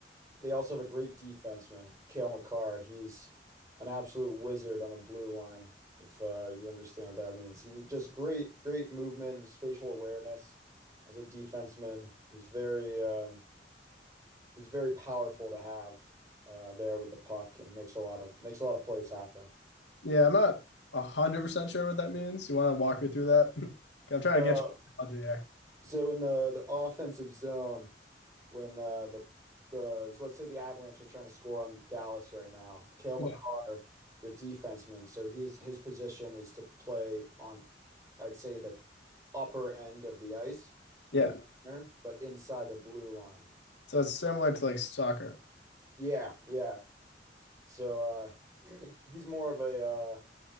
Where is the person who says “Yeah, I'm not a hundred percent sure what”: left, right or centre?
Left